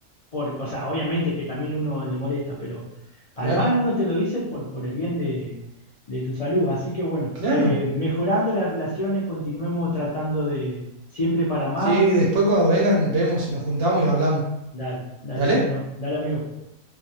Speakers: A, on the left; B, on the right.
A: por, o sea, obviamente que también uno le molesta, pero
B: Claro,
A: además uno te lo dice por, por el bien de, de tu salud. Así que bueno,
B: claro.
A: eh, mejorando las relaciones, continuemos tratando de siempre para más
B: Sí, después cuando vengan, vemos si nos juntamos y hablamos.
A: Dale, dale.
B: ¿Dale?
A: Bueno, dale, amigo.